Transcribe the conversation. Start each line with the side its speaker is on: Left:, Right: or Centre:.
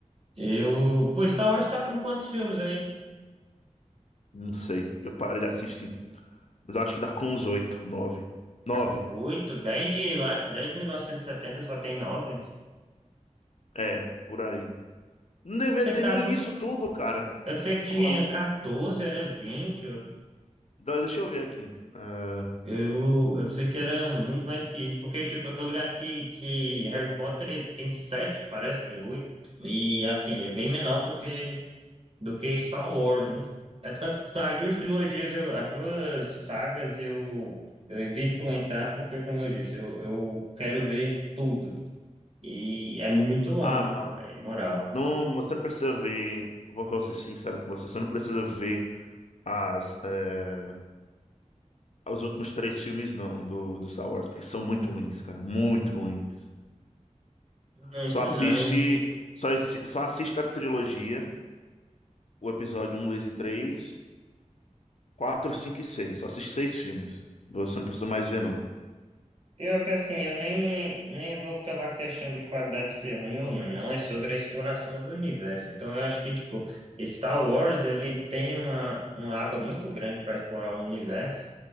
Right: eu. Pô, Star Wars tá com quantos filmes aí?
Left: Não sei. Eu parei de assistir. Mas eu acho que dá com uns oito, nove. Nove.
Right: Oito, dez de lá, dez de mil novecentos e setenta só tem nove.
Left: É, por aí. Não devia
Right: Você
Left: ter
Right: que tava
Left: nem
Right: com
Left: isso tudo, cara.
Right: Eu pensei que
Left: <laughs>
Right: tinha
Left: Tá maluco?
Right: 14, era 20. Eu,
Left: Então, Deixa eu ver aqui. É,
Right: eu, eu pensei que era muito mais que isso. Porque, tipo, eu tô ligado que, que Harry Potter tem 7, parece, tem oito E, assim, é bem menor do que, do que Star Wars, né? É tanto, tá, as duas trilogias, eu, as duas sagas, eu, eu evito entrar porque, como eu disse, eu, eu quero ver tudo. E é muito longo,
Left: Ah, mano.
Right: é imoral.
Left: Não, você não precisa ver. Vou vou ser sincero com você. Você não precisa ver as, é, os últimos três filmes, não, do, do Star Wars, porque são muito ruins, cara. Muito ruins.
Right: Não
Left: Só
Right: sei
Left: assiste,
Right: lá, eu
Left: só, assi- só assista a trilogia, o episódio um, 2 e 3, 4, 5 e 6. Só assiste seis filmes. Você não precisa mais ver, não.
Right: Pior que assim, eu nem, nem vou pela questão de qualidade ser ruim ou não, é sobre a exploração do universo. Então eu acho que, tipo, Star Wars, ele tem uma, uma aba muito grande para explorar o universo.